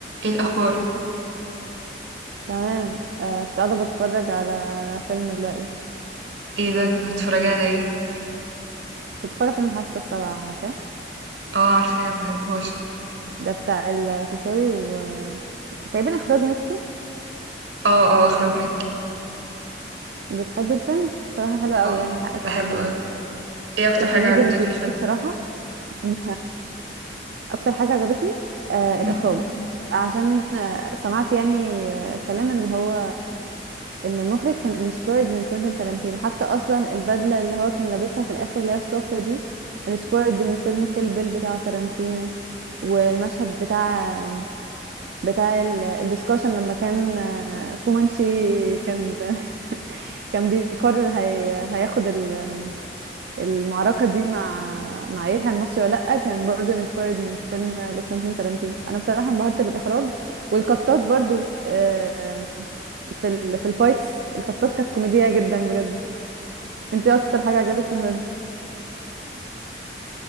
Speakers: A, on the right; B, on the right.
A: ايه الاخبار
B: تمام آه كنت قاعدة بتفرج على فيلم دلوقتي
A: ايه ده كنت متفرجة على ايه
B: كنت بتفرج على فيلم الحاسة السابعة عارفاه
A: اه عارفاه بحبه اصلا
B: ده بتاع الفيشاوي و تقريبا إخراج مكي
A: اه اه اخرج منك
B: بتحبي الفيلم بصراحة حلو قوي
A: اه
B: يعني حقك
A: بحبه
B: تحبيه
A: اوي ايه اكتر
B: الكوميديا
A: حاجة عجبتك
B: اللي فيه
A: في الفيلم
B: بصراحة <laughs> م- أكتر حاجة عجبتني آه
A: مم.
B: الإخراج عشان آه سمعت يعني آه كلام إن هو ان المخرج كان انسبايرد من كوينتين تارانتينو حتى اصلا البدله اللي هو كان لابسها في الاخر اللي هي الصفرة دي انسبايرد من فيلم كيل بيل بتاع تارانتينو والمشهد بتاع بتاع الدسكشن لما كان آه، فومانشي كان <laughs> كان بيقرر هي... هياخد ال المعركة دي مع مع يحيى المصري ولا لأ كان برضو انسبايرد من فيلم لكوينتين تارانتينو أنا بصراحة انبهرت بالإخراج والقطات برضو آم، في ال... في الفايتس القطات كانت كوميدية جدا بجد انت إيه أكتر حاجة عجبتك في الفيلم